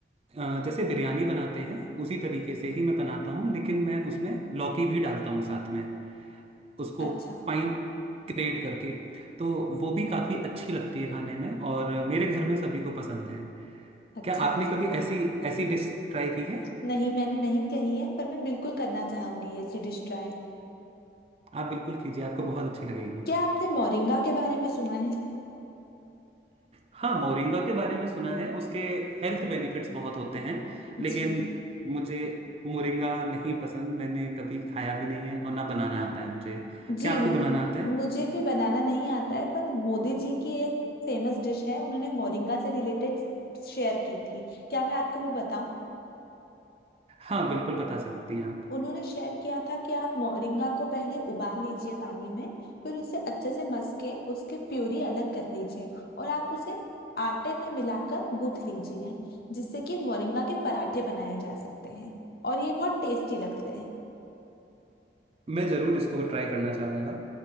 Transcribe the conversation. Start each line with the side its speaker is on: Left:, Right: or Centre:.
Right: अ, जैसे बिरयानी बनाते हैं उसी तरीके से ही मैं बनाता हूँ लेकिन मैं उसमें लौकी भी डालता हूँ साथ में उसको
Left: अच्छा
Right: फाइन ग्रेट करके तो वो भी काफी अच्छी लगती है खाने में और मेरे घर में सभी को पसंद है
Left: अच्छा
Right: क्या आपने
Left: अच्छा
Right: कभी ऐसी ऐसी डिश ट्राई की है
Left: नहीं मैंने नहीं कही है पर मैं बिल्कुल करना चाहूंगी ऐसी डिश ट्राई
Right: आप बिल्कुल कीजिए आपको बहुत अच्छी लगेगी
Left: क्या आपने मोरिंगा के बारे में सुना है
Right: हाँ मोरिंगा के बारे में सुना है उसके हेल्थ बेनिफिट्स बहुत होते हैं लेकिन
Left: जी
Right: मुझे मोरिंगा नहीं पसंद मैंने कभी खाया भी नहीं है और ना बनाना आता है मुझे
Left: जी
Right: क्या आपको बनाना आता है
Left: मुझे भी बनाना नहीं आता है पर मोदी जी की एक फेमस डिश है उन्होंने मोरिंगा से रिलेटेड शेयर की थी क्या मैं आपको वो बताऊं
Right: हाँ बिल्कुल बता सकती हैं आप
Left: उन्होंने शेयर किया था कि आप मोरिंगा को पहले उबाल लीजिए पानी में फिर उसे अच्छे से मस के उसके प्यूरी अलग कर लीजिए और आप उसे आटे में मिलाकर गूंथ लीजिए जिससे कि मोरिंगा के पराठे बनाए जा सकते हैं और ये बहुत टेस्टी लगते हैं
Right: मैं जरूर इसको ट्राई करना चाहूंगा